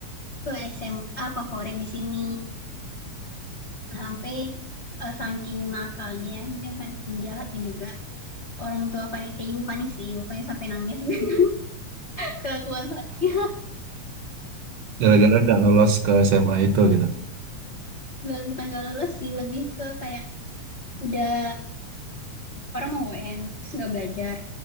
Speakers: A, on the left; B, on the right.
A: ke SMA favorit di sini sampai eh, saking nakalnya ya, mungkin saking jahatnya juga orang tua Fani, eh, ibu Fani sih, ibu Fani sampai nangis <laughs> dengan kelakuan Fani.
B: Gara-gara nggak lolos ke SMA itu gitu.
A: Nggak, bukan nggak lolos sih, lebih ke kayak udah orang mau UN terus nggak belajar,